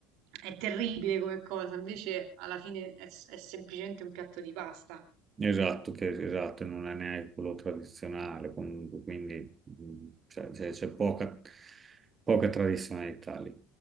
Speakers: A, on the right; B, on the right.
A: è terribile come cosa. Invece alla fine è, s- è semplicemente un piatto di pasta.
B: Esatto, che esatto, non è neanche quello tradizionale, comunque, quindi mh, cioè, c'è c'è poca, poca tradizionalità lì.